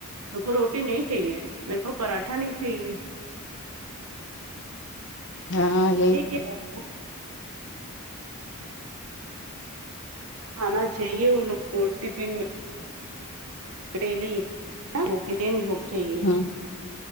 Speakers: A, on the right (about 85°); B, on the left (about 55°).
A: میں کو روٹی نہیں چاہیے میرے کو پراٹھا نہیں چاہیے
B: ہاں ہاں
A: یہ کیا اب کھانا چاہیے وہ لوگ کو ٹفن میں <unintelligible>
B: ہ